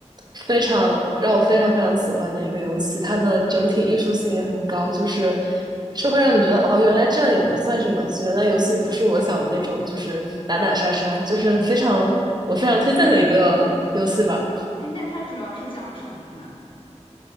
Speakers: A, on the right; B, on the left.
A: 非常让我非常非常喜欢的一个游戏，它的整体艺术性也很高，就是是会让你觉得哦，原来这样也能算是游戏，原来游戏不是我想的那种，就是打打杀杀，就是非常我非常推荐的一个游戏吧。
B: 哎，那它主要是讲什么的呢？